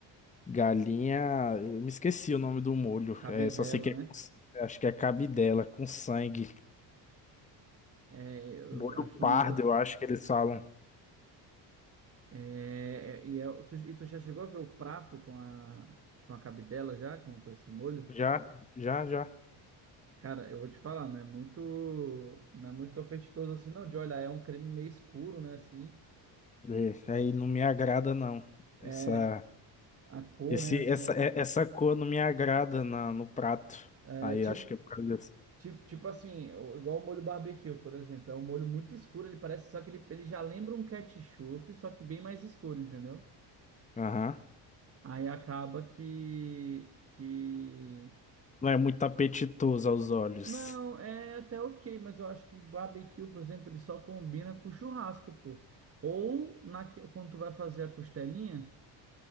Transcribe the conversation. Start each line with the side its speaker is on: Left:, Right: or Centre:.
Left: galinha, eu me esqueci o nome do molho.
Right: Caber
Left: É, só
Right: dela,
Left: sei que é,
Right: né?
Left: com acho que é cabidela com sangue,
Right: É, eu
Left: molho
Right: acho
Left: pardo,
Right: um negócio.
Left: eu acho que eles falam.
Right: É, e, é- tu, e tu já chegou a ver o prato com a, com a cabidela já, com, com esse molho?
Left: Já, já, já.
Right: Cara, eu vou te falar, não é muito, não é muito apetitoso assim, não, de olhar, é um creme meio escuro, né, assim.
Left: É, aí não me agrada não. Essa
Right: É, a cor,
Left: esse
Right: né, assim.
Left: essa é- essa cor não me agrada na, no prato.
Right: É,
Left: Aí
Right: tipo
Left: acho que é por causa disso.
Right: Tipo, tipo assim, o- igual o molho barbecue, por exemplo. É um molho muito escuro, ele parece, só que ele, ele já lembra um ketchup, só que bem mais escuro, entendeu?
Left: Aham.
Right: Aí acaba que, que...
Left: Não é muito apetitoso aos olhos.
Right: Não, é até ok, mas eu acho que barbecue, por exemplo, ele só combina com churrasco, pô. Ou naque- quando tu vai fazer a costelinha,